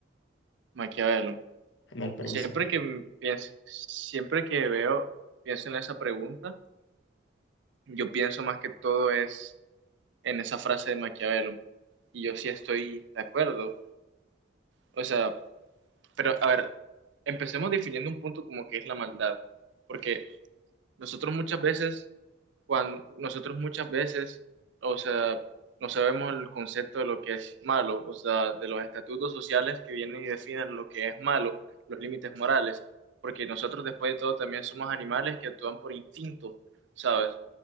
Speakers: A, on the right (about 75°); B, on the left (about 75°).
A: Maquiavelo.
B: en el príncipe.
A: Siempre que pienso, siempre que veo, pienso en esa pregunta, yo pienso más que todo es en esa frase de Maquiavelo. Y yo sí estoy de acuerdo. O sea, Pero, a ver, empecemos definiendo un punto como que es la maldad, porque nosotros muchas veces, cuando nosotros muchas veces, o sea, no sabemos el concepto de lo que es malo, o sea, de los estatutos sociales que vienen y definen lo que es malo, los límites morales, porque nosotros después de todo también somos animales que actúan por instinto, ¿sabes?